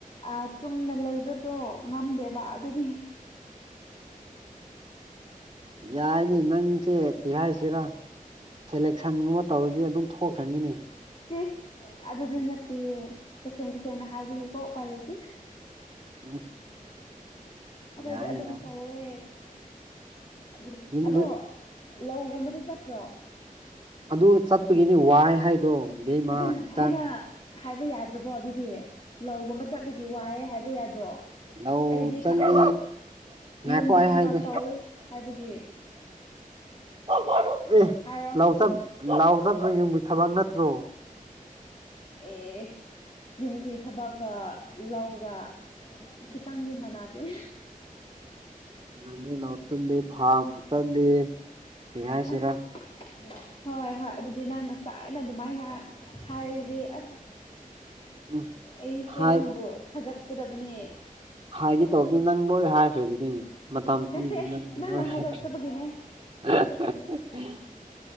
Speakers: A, on the left (about 40°); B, on the right (about 35°).
A: ꯑꯥ ꯆꯨꯝꯅ ꯂꯩꯕꯗꯣ ꯉꯝꯗꯦꯕ ꯑꯗꯨꯒꯤ꯫
B: ꯌꯥꯏꯅꯦ ꯅꯪꯁꯦ ꯀꯔꯤ ꯍꯥꯏꯁꯤꯔ꯫ ꯁꯦꯂꯦꯛꯁꯟꯒꯨꯝꯕ ꯇꯧꯔꯗꯤ ꯑꯗꯨꯝ ꯊꯣꯛꯈ꯭ꯔꯅꯤꯅꯦ꯫
A: ꯆꯤꯁ ꯑꯗꯨꯗꯤ ꯅꯠꯇꯦꯌꯦ ꯇꯁꯦꯡ ꯇꯁꯦꯡꯅ ꯍꯥꯏꯕꯒꯤꯀꯣ ꯎꯄꯥꯏ ꯂꯩꯇꯦ꯫
B: <unintelligible>
A: ꯑꯗꯣ
B: ꯌꯥꯏ
A: ꯑꯩꯗꯤ ꯑꯗꯨꯝ
B: ꯌꯥꯏ
A: ꯇꯧꯋꯦ ꯑꯗꯨꯒꯤ
B: ꯌꯨꯝꯗ
A: ꯑꯗꯣ꯫ ꯂꯧꯒꯨꯝꯕꯗꯤ ꯆꯠꯇ꯭ꯔꯣ꯫
B: ꯑꯗꯨ ꯆꯠꯄꯒꯤꯅꯤ ꯋꯥꯏ ꯍꯥꯏꯗꯣ꯫ ꯏꯕꯦꯝꯃ
A: ꯑꯗꯨ ꯉꯁꯥꯏꯅ
B: ꯏꯆꯥꯟ
A: ꯍꯥꯏꯕ ꯌꯥ ꯗꯔꯕꯣ ꯑꯗꯨꯗꯤ ꯂꯧꯒꯨꯝꯕ ꯆꯠꯄꯒꯤ ꯋꯥꯏꯌꯦ ꯍꯥꯏꯕ ꯌꯥꯗ꯭ꯔꯣ꯫
B: ꯂꯧ
A: ꯑꯩꯗꯤ
B: ꯆꯪꯅꯤ ꯉꯥꯏꯈꯣ
A: ꯌꯨꯝꯒꯤ
B: ꯑꯩ
A: ꯊꯕꯛ
B: ꯍꯥꯏꯒꯦ꯫
A: ꯇꯧꯋꯤ ꯍꯥꯏꯕꯒꯤ
B: ꯑꯦ
A: ꯍꯥꯏꯔꯣ
B: ꯂꯧꯆꯞ ꯂꯧꯆꯠꯄꯁꯤ ꯌꯨꯝꯒꯤ ꯊꯕꯛ ꯅꯠꯇ꯭ꯔꯣ꯫
A: ꯑꯦꯁ ꯌꯨꯝꯒꯤ ꯊꯕꯛꯀ ꯂꯧꯒ꯫ ꯈꯤꯇꯪꯗꯤ ꯃꯅꯥꯗꯦ꯫
B: ꯅꯅꯦ ꯂꯧ ꯇꯟꯗꯦ ꯐꯥꯝ ꯇꯟꯗꯦ ꯀꯩ ꯍꯥꯏꯁꯤꯔ꯫
A: ꯑꯁ ꯍꯣꯏ ꯍꯣꯏ ꯑꯗꯨꯗꯤ ꯅꯪ ꯉꯁꯥꯏꯅ ꯑꯗꯨꯃꯥꯏꯅ ꯍꯥꯏꯔꯤ ꯑꯁ꯫
B: ꯎꯝ
A: ꯑꯩꯁꯦ
B: ꯍꯥꯏ
A: ꯅꯪꯕꯨ ꯊꯥꯒꯠꯀꯗꯕꯅꯦ꯫
B: ꯍꯥꯏꯒꯦ ꯇꯧꯕꯗꯤ ꯅꯪ ꯂꯣꯏ ꯍꯥꯏꯈ꯭ꯔꯦ ꯑꯗꯨꯗꯤ ꯃꯇꯝ
A: ꯅꯠꯇꯦ
B: ꯄꯤꯕ ꯅꯪꯗꯦ ꯅꯪ
A: ꯅꯪꯅ
B: ꯂꯣꯏ
A: ꯍꯥꯏꯗꯣꯛꯇꯕꯒꯤꯅꯦ
B: ꯍꯥꯏꯈ꯭ꯔꯦ꯫꯫ <unintelligible>